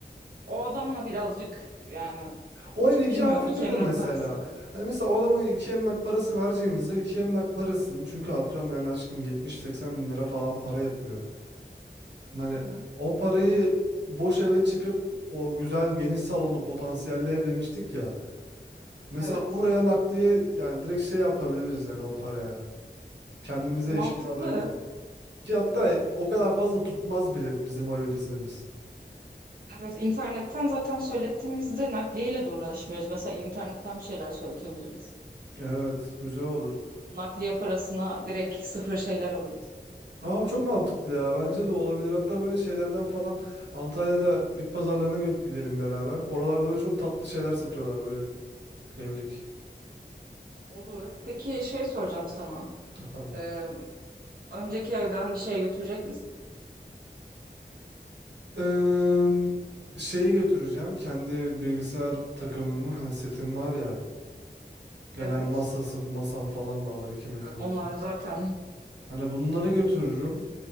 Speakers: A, on the right; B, on the right.
A: o adamla birazcık yani
B: O
A: cık,
B: ev 2
A: bilmiyorum
B: artı
A: iki
B: bir
A: emlak
B: de mesela.
A: parası.
B: Hani mesela o adama 2 emlak parası vereceğimize 2 emlak parasını çünkü atıyorum yani aşkım 70 seksen bin lira falan para yapıyor. Hani
A: Hı hı.
B: o parayı boş eve çıkıp o güzel geniş salonlu potansiyelli ev demiştik ya. Mesela
A: Evet.
B: oraya nakliye yani direkt şey yapabiliriz yani o paraya. Kendimize
A: Mantıklı.
B: eşya alabiliriz. Ki hatta o kadar fazla tutmaz bile bizim o evi dizmemiz.
A: Evet, internetten zaten söylettiğimizde nakliyeyle de uğraşmıyoruz. Mesela internetten bir şeyler söyletebiliriz.
B: Evet güzel olur.
A: Nakliye parasına direkt sıfır şeyler alırız.
B: Aa, bu çok mantıklı ya. Bence de olabilir. Hatta böyle şeylerden falan Antalya'da bit pazarlarına gö- gidelim beraber. Oralarda böyle çok tatlı şeyler satıyorlar böyle evlik
A: Olur. Peki şey soracağım sana.
B: efendim.
A: Ee, önceki evden bir şey götürecek misin?
B: Ee, şeyi götüreceğim. Kendi bilgisayar takımımı hani setim var ya. Genel
A: Evet.
B: masası masam falan da var 2 metre
A: Evet,
B: uzun.
A: onlar zaten.
B: Hani bunları götürürüm.